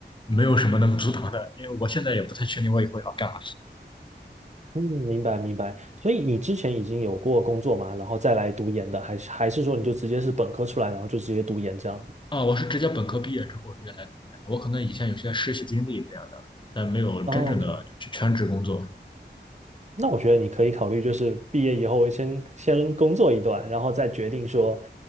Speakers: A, on the left; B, on the right.
A: 没有什么能阻挡的。因为我现在也不太确定我以后要干嘛
B: 嗯，明白明白。所以你之前已经有过工作嘛，然后再来读研的，还是还是说你就直接是本科出来，然后就直接读研这样子？
A: 啊。我是直接本科毕业之后直接来读的，我可能以前有些实习经历这样的，但没有真正的去全职工作。
B: 哦，OK。那我觉得你可以考虑，就是毕业以后先先工作一段，然后再决定说